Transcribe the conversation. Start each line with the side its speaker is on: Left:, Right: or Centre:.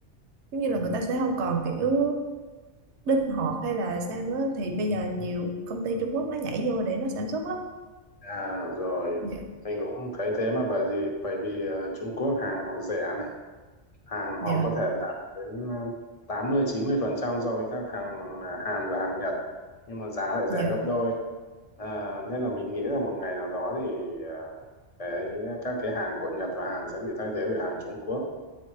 Right: giống như là người ta sẽ không còn kiểu linh hoạt hay là sao nữa thì bây giờ nhiều công ty Trung Quốc nó nhảy vô để nó sản xuất lắm
Left: à rồi
Right: dạ
Left: mình cũng thấy thế mà bởi vì bởi vì ờ, Trung Quốc hàng họ rẻ này hàng
Right: dạ
Left: họ có thể đạt đến ờ, tám mươi chín mươi phần trăm so với các hàng ờ, Hàn và hàng Nhật nhưng mà giá lại rẻ
Right: dạ
Left: gấp đôi à, nên là mình nghĩ là một ngày nào đó thì ờ, cái các cái hàng của Nhật và Hàn sẽ bị thay thế bởi hàng Trung Quốc